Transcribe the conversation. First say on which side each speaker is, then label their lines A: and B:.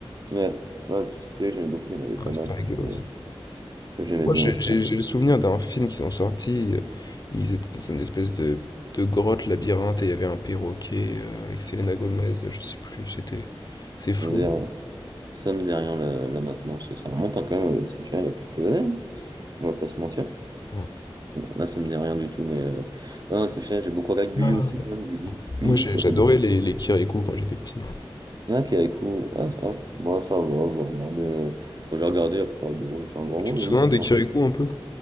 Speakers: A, on the right (about 45°); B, on the left (about 45°).
A: Ouais, ah, petite série que j'aimais beaucoup, il y en avait
B: ah,
A: pas
B: c'était
A: mal que
B: rigolo,
A: j'aimais que j'aimais
B: Moi,
A: bien
B: j'ai
A: au théâtre.
B: j'ai- j'ai le souvenir d'un film qu'ils ont sorti. euh, Ils étaient dans une espèce de, de grotte labyrinthe et il y avait un perroquet euh, avec Selena Gomez. euh, Je sais plus, c'était c'est
A: Ça
B: flou.
A: me dit rien, ça me dit rien là, là maintenant, parce que ça remonte hein, quand même à Disney Channel il y a quelques années, hein. on va pas se mentir.
B: Ouais.
A: Là, ça me dit rien du tout, mais euh, ouais, non, Disney Channel, j'ai beaucoup regardé Gulli
B: Ah.
A: aussi quand même, Gulli. Gulli,
B: Moi, j'ai-
A: j'ai passé
B: j'adorais
A: beaucoup.
B: les, les Kirikou quand j'étais petit.
A: Ah, qui avec vous. Ah, ah, moi, ça va, je regardais. euh, J'ai regardé après, adoré, c'est un grand mot,
B: Tu
A: mais
B: te souviens
A: oui, c'était
B: des
A: sympa.
B: Kirikou un peu?